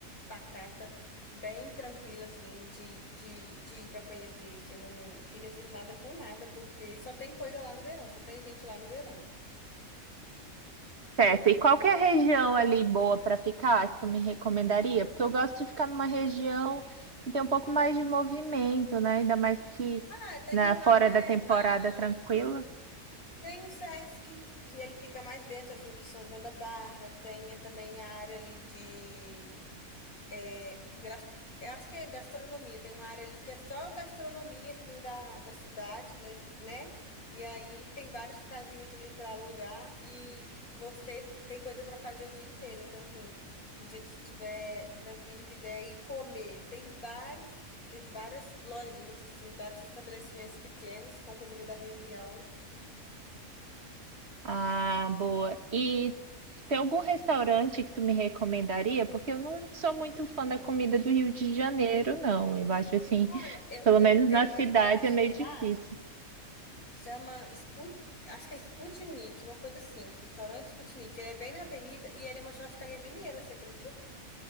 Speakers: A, on the left; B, on the right.
A: pacata, bem tranquila, assim, de, de, de ir para conhecer. Você não fica cismada com nada, porque só tem coisa lá no verão, só tem gente lá no verão.
B: Certo. E qual que é a região ali boa para ficar que tu me recomendaria? Porque eu gosto de ficar numa região que tem um pouco mais de movimento, né? Ainda mais que
A: Ah, tem
B: na
A: o,
B: fora
A: aliás,
B: da temporada
A: ah,
B: tranquila.
A: tem o Sesc, que ele fica mais dentro, assim, de São João da Barra. Tem eh, também a área ali de é, gra- eu acho que é gastronomia. Tem uma área ali que é só gastronomia, assim, da, da cidade, né? né? E aí tem várias casinhas ali para alugar e você tem coisa para fazer o dia inteiro. Então, assim, o dia que você estiver tranquilo e quiser ir comer, tem vários, tem várias lojinhas, assim, vários estabelecimentos pequenos com comida da região.
B: Ah, boa. E tem algum restaurante que tu me recomendaria? Porque eu não sou muito fã da comida do Rio de Janeiro, não. Eu acho assim,
A: Olha,
B: <laughs>
A: eu,
B: pelo
A: eu
B: menos
A: tenho
B: na cidade
A: um que eu achei
B: é meio difícil.
A: lá. Chama Sput... Acho que é Sputnik, uma coisa assim. Restaurante Sputnik. Ele é bem na avenida e ele é uma churrascaria mineira, você acredita?